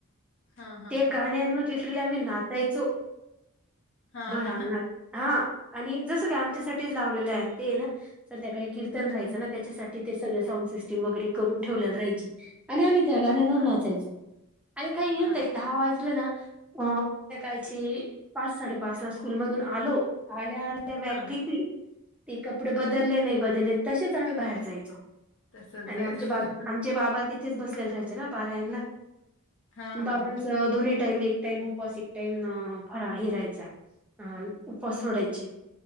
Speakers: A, on the left (about 55°); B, in the centre.
A: हां, हां,
B: त्या
A: हां,
B: गाण्यांवर लिटरला आम्ही नाचायचो.
A: हां हां
B: भर
A: ना
B: अंगण हा आणि जसं काय आमच्यासाठीच लावलेलं आहे ते ना. संध्याकाळी कीर्तन राहायचं ना त्याच्यासाठी ते सगळ साऊंड सिस्टीम वगैरे करून ठेवलेला राहायची. आणि आम्ही त्या गाण्यांवर
A: हां,
B: नाचायचो आणि काही
A: हां
B: येतय
A: ना
B: दहा वाजतो ना अ. संद्याकाळीची पाच साडेपाच ला स्कूल मधून आलो आल्या आल्या बॅग
A: हां, हां.
B: फेकली. ते कपडे बदलले नाही बदलले तसेच आम्ही बाहेर जायचो.
A: तसंच
B: आणि
A: जायचं.
B: आमचे बा आमचे बाबा तिथ. तिथचं बसलेला राहायच ना पारायणला
A: हां, हां,
B: बाबांच
A: हां.
B: दोन्ही टाईम एक टाइम उपवासिक. टाइम फराळ हे रायचा अ उपस सोडायचे.